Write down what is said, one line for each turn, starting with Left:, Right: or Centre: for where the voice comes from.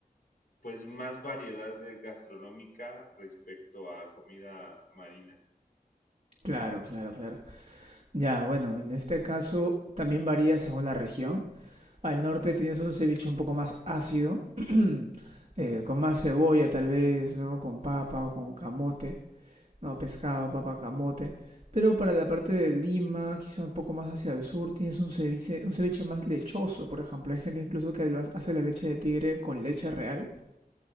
Left: pues más variedad de gastronómica respecto a comida marina.
Right: Claro, claro, claro. Ya, bueno, en este caso también varía según la región. Al norte tienes un ceviche un poco más ácido, <clears throat> eh, con más cebolla tal vez, ¿no? Con papa o con camote, ¿no? Pescado, papa, camote. Pero para la parte de Lima, quizá un poco más hacia el sur, tienes un ceviche, un ceviche más lechoso, por ejemplo. Hay gente incluso que lo ha- hace la leche de tigre con leche real